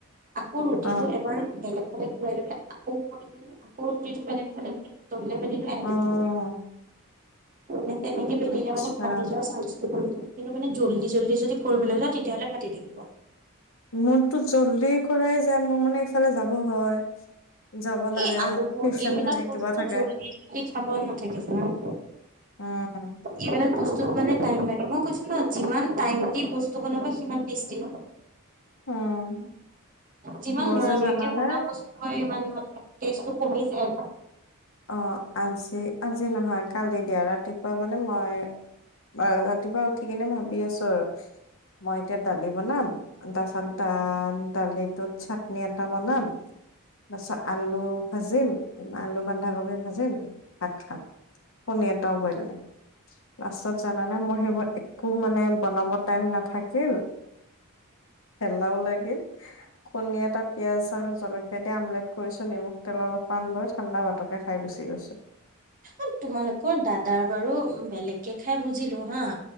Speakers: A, on the right (about 40°); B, on the left (about 65°).
A: আকৌ ৰুটিটো
B: অ
A: এবাৰ বেলেগ ফালে ঘূৰাই লৈ বোলে আকৌ ওপৰে আকৌ ৰুটিটো বেলেগ ফালে বেলিলো। তললে পেলিলো এনে
B: অ
A: ত তেনেকে পেলিলে
B: আচ্ছা
A: মানে ফাটি যোৱা চানছ কিন্তু মানে জল্দি - জল্দি যদি কৰিবলৈ যওঁ তেতিয়াহলে পাতি থাকিব।
B: মোৰতো জল্দি কৰাই যায় মোৰ মানে ইফালে যাব হয়। যাব লাগে,
A: এই আলু প
B: টিউচন
A: এইবিলাক
B: থাকে,
A: বস্তু
B: কিবা থাকে।
A: জল্দি জল্দি খাব নাথাকে জানা
B: উম হুম।
A: এইবিলাক বস্তুত মানে টাইম লাগে, মই কৈছো ন যিমান টাইম দি বস্তু বনাব সিমান টেষ্টি হব।
B: উম,
A: যিমান
B: মোৰ
A: লৰালৰিকে
B: যে জানানে
A: বনোৱা বস হয় ইমান মানে টেষ্টটো কমি যায়।
B: অ আজি - আজি নহয় কালি দিয়া, ৰাতিপুৱা মানে মই আ ৰাতিপুৱা উঠি কিনে ভাবি আছো আৰু মই এতিয়া দালি বনাম তাৰপাছত দা দালিটোত চাটনি এটা বনাম। তাৰপিছত আলু ভাজিম, আলু বন্ধাকবি ভাজিম, ভাত খাম। কণী এটাও বইল দিম, লাষ্টত জানানে মই সেইবোৰ একো মানে বনাব টাইম নাথাকিল, হেলাও লাগিল। কণী এটা পিয়াজ আৰু জলকীয়া দি আমলেট কৰিছো নিমখ, তেল অলপমান লৈ ঠাণ্ডা ভাত তকে খাই গুচি গৈছো।
A: অ তোমালোকৰ দাদাৰ বাৰু বেলেগকে খাই বুজিলো হা